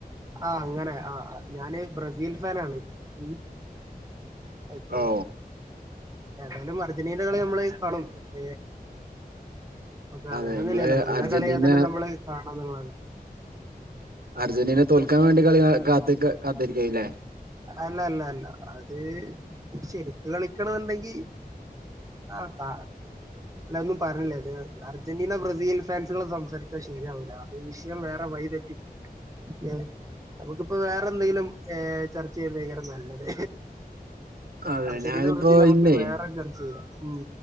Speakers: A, on the right; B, on the right.
A: ആ അങ്ങനെ ആ ആ. ഞാന് ബ്രസീൽ ഫാൻ ആണ് മ് ഒക്കെ
B: ഓ
A: ഏതായാലും അർജന്റീന കളി നമ്മള് കാണും ഏ ഒക്കെ അങ്ങന
B: അതെ
A: ഒന്നുംല്ലല്ലോ
B: നിങ്ങള്
A: നല്ല
B: അർജന്റീന
A: കളിയൊക്കെണ്ട് നമ്മള് കാണന്നുള്ള്
B: അർജന്റീനെ തോൽക്കാൻ വേണ്ടി കളി കാ കാത്തിക്കാ കാത്തിരിക്കു ആയില്ലേ?
A: അല്ല അല്ല അല്ല അത് ശരിക്ക് കളിക്കണ എന്നുണ്ടെങ്കി ആ കാ അല്ല ഒന്നും പറഞ്ഞില്ലേ അത് അർജന്റീന ബ്രസീൽ ഫാൻസുകൾ സംസാരിച്ചാൽ ശരിയാവില്ല അത് വിഷയം വേറെ വഴതെറ്റി പോം നമുക്കിപ്പ വേറെ എന്തെങ്കിലും ഏ ചർച്ച ചെയുന്നങ്കര നല്ലത്
B: അതെ
A: അർജന്റീനന്നുള്ള
B: ഞാനിപ്പോ
A: രീതിയിൽ നമുക്ക്
B: ഇന്നേ
A: വേറെ ചർച്ച ചെയ്യാം ഉം